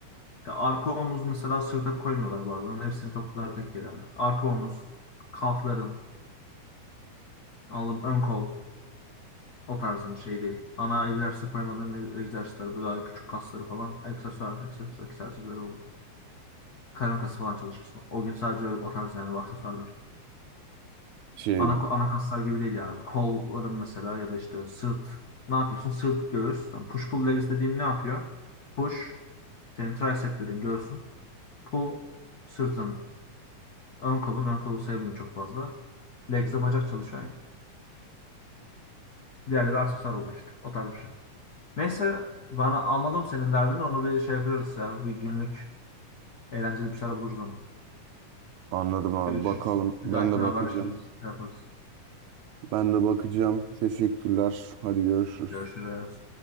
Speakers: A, on the left; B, on the right.
A: Ya arka omuz mesela sırta koymuyorlar bazen. Hepsini toplar tek yere. yani. Arka omuz, kalfların, alın, ön kol o tarzın şey değil. Ana egzersize koymadığın egzersizler, bu daha küçük kasları falan aksesuar, aksesuar egzersizleri oluyor. Karın kası falan çalışırsın. O gün sadece öyle- o tarz yani bu aksesuarlar.
B: Şey
A: Ana, ana kaslar gibi değil yani. Kolların mesela ya da işte sırt. Ne yapıyorsun? Sırt, göğüs. Yani push pull legs dediğim ne yapıyor? Push, senin triceplerin, göğsün. Pull, sırtın, ön kolun. Ön kolu sayılmıyor çok fazla. Legs de bacak çalışıyor yani. Diğerleri aksesuar oluyor işte. O tarz bir şey. Neyse bana anladım senin derdini. Onu bir şey yapıyoruz ya. Bir günlük eğlenceli bir şeyler buluruz onu.
B: anladım abi.
A: Görüşürüz.
B: Bakalım.
A: Bir
B: Ben
A: dahakine
B: de bakacağım.
A: haberleşiriz. Şey Yaparız.
B: Ben de bakacağım. Teşekkürler. Hadi görüşürüz.
A: Görüşürüz.